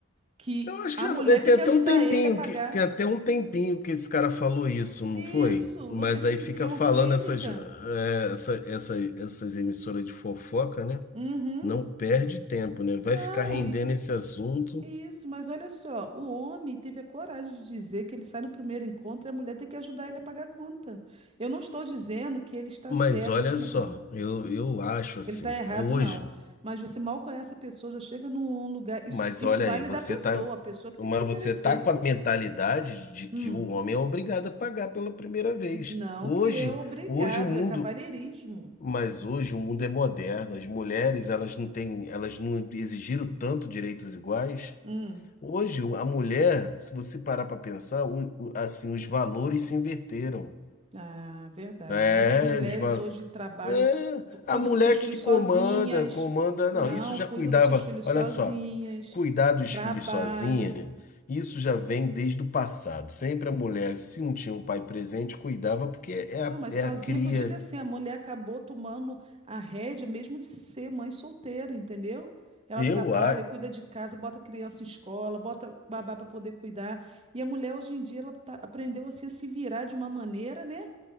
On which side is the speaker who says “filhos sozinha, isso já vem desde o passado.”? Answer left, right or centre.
Left